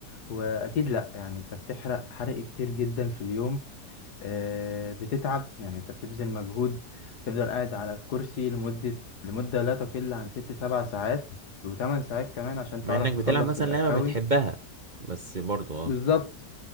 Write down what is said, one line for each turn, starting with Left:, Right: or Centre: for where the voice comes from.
Left: واكيد لا يعني انت بتحرق حرق كتير جدا في اليوم آه، بتتعب يعني انت بتبذل مجهود تفضل قاعد على الكرسي لمدة لمدة لا تقل عن ست سبع ساعات وثمان ساعات كمان عشان
Right: مع
Left: تعرف
Right: انك
Left: تخلص
Right: بتلعب مثلا
Left: الاكونت
Right: لعبه بتحبها بس برضو اه
Left: بالظبط